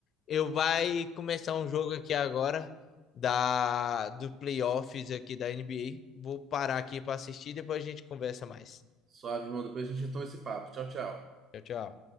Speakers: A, on the left; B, on the right.
A: eu vai começar um jogo aqui agora da do playoffs aqui da NBA. Vou parar aqui para assistir, depois a gente conversa mais.
B: Suave, irmão. Depois a gente retoma esse papo. Tchau, tchau.
A: Tchau, tchau.